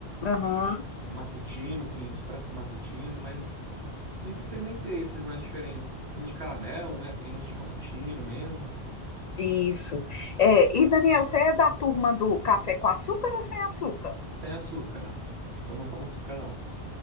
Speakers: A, on the left; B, on the right.
A: Aham.
B: matutino, tem expresso matutino, mas. Nunca experimentei esses mais diferentes. Tem de caramelo, né? Tem uns de cappuccino mesmo.
A: Isso. É, e Daniel, você é da turma do café com açúcar ou sem açúcar?
B: Sem açúcar, né? Eu não tomo açúcar, não.